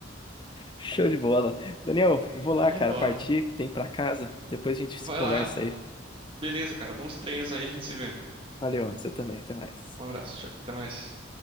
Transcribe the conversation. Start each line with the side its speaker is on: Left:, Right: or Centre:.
Left: Show de bola. Daniel,
Right: Show
Left: vou lá,
Right: de
Left: cara,
Right: bola.
Left: partir, que tem pra casa. Depois a gente se
Right: Vai
Left: conversa
Right: lá.
Left: aí.
Right: Beleza, cara. Bons treinos aí, a gente se vê.
Left: Valeu, você também, até mais.
Right: Um abraço. Tchau, Até mais.